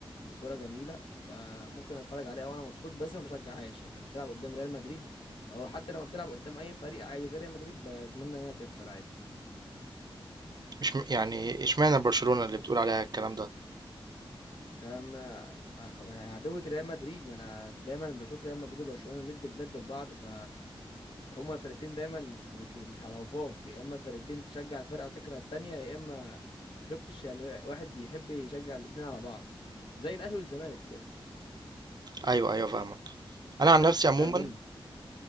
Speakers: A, on the left; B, on the right.
A: وكره جميله فممكن اتفرج عليها وانا مبسوط بس ما بشجعهاش يعني لما بتلعب قدام ريال مدريد او حتى لما بتلعب قدام اي فريق عادي غير ريال مدريد بتمنى انها تخسر عادي
B: مش م... يعني اشمعنى برشلونة اللي بتقول عليها الكلام ده
A: لما مع مع عدوة ريال مدريد ما انا دايما بشوف ريال مدريد وبرشلونه ند بند لبعض ف هما الفرقتين دايما بتشوف مش على وفاق يا اما الفرقتين تشجع الفرقه وتكره التانيه يا اما ما شفتش يعني واحد بيحب يشجع الاتنين على بعض زي الاهلي والزمالك كده
B: ايوه ايوه فاهمك انا
A: انت
B: عن نفسي
A: بتشجع
B: عموما
A: مين